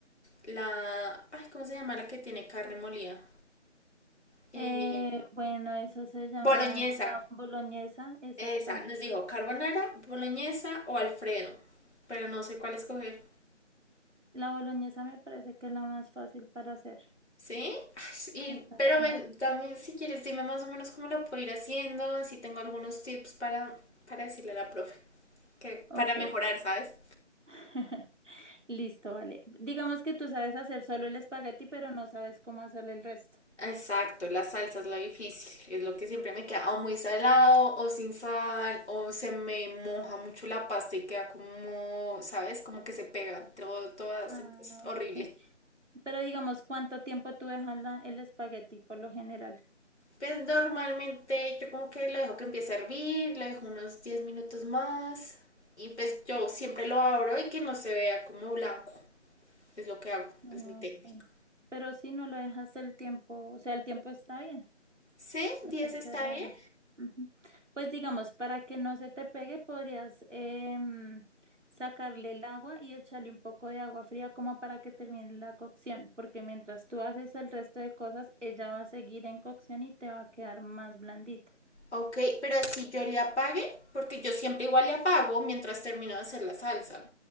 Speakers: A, on the left; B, on the right.
A: la... Ay, ¿cómo se llama la que tiene carne molida? Eh,
B: Eh, bueno, eso se llama
A: boloñesa.
B: la boloñesa, exactamente.
A: Esa, nos dijo carbonara, boloñesa o Alfredo, pero no sé cuál escoger.
B: La boloñesa me parece que es la más fácil para hacer.
A: ¿Sí? Ay, Y,
B: Exactamente.
A: pero ven, también si quieres dime más o menos cómo la puedo ir haciendo, así tengo algunos tips para, para decirle a la profe, que,
B: Ok,
A: para mejorar, ¿sabes?
B: <laughs> listo, vale. Digamos que tú sabes hacer solo el espagueti, pero no sabes cómo hacer el resto.
A: Exacto,
B: ¿sí?
A: la salsa es lo difícil, es lo que siempre me queda o muy salado o sin sal o se me moja mucho la pasta y queda como, ¿sabes? Como que se pega todo, todas,
B: Ah,
A: es horrible.
B: ok. Pero digamos, ¿cuánto tiempo tú dejas la- el espagueti por lo general?
A: Pues normalmente yo como que lo dejo que empiece a hervir, lo dejo unos 10 minutos más y pues yo siempre lo abro y que no se vea como blanco, es lo que hago,
B: Ah,
A: es mi técnica.
B: Ok. Pero si no lo dejas el tiempo, o sea, el tiempo está bien.
A: ¿Sí?
B: Entonces
A: Diez está
B: es raro.
A: bien?
B: Ujú. Pues digamos, para que no se te pegue, podrías em, sacarle el agua y echarle un poco de agua fría como para que termine la cocción, porque mientras tú haces el resto de cosas, ella va a seguir en cocción y te va a quedar más blandita.
A: Ok, pero si yo le apague, porque yo siempre igual le apago mientras termino de hacer la salsa.